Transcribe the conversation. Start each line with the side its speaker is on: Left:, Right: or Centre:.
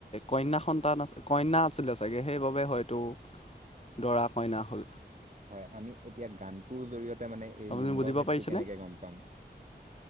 Left: কন্যা সন্তান আছে কন্যা আছিলে চাগে। সেইবা খুবে হয়তো
Right: <inaudible>
Left: দৰা-কইনা হ'ল।
Right: হয়, আমি এতিয়া গানটোৰ জৰিয়ত তে মানে এই
Left: আপুনি
Right: লিংগভেদটো
Left: বুজিব পাৰিছেনে
Right: কেনেকে গম পাম?